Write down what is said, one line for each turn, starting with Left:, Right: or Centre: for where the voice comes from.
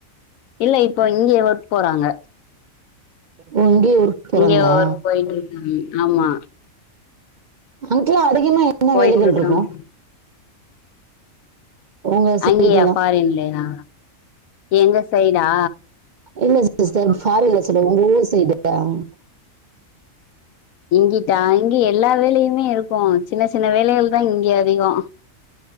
Left: இல்ல இப்போ இங்க ஒர்க் போறாங்க
Right: ஓ இங்கேயே ஊருக்கு போறாங்களா
Left: இங்க ஒரக் போய்ட்டு இருக்காங்க ஆமா
Right: அங்கல்லா அதிகமா என்ன
Left: போயிட்டு
Right: வேலைகள்
Left: இருக்காங்க
Right: இருக்கும் உங்க சைடு
Left: அங்கேயா
Right: எல்லாம்
Left: ஃபாரின்லையா எங்க சைடா
Right: இல்ல சிஸ்டர் ஃபாரின்ல சொல்லல உங்க ஊரு சைடு இருக்குல அங்க
Left: இங்கிட்டா இங்க எல்லா வேலையுமே இருக்கும் சின்ன சின்ன வேலைகள் தான் இங்க அதிகம்